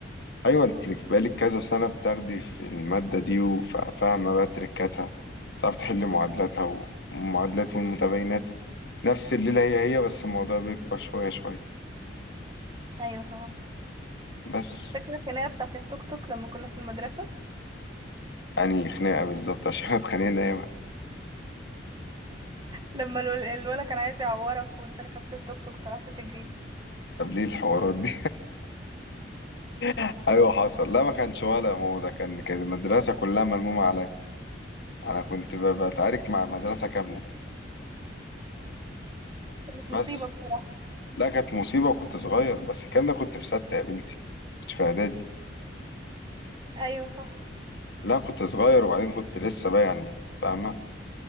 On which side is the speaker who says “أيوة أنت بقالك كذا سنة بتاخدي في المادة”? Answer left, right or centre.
Left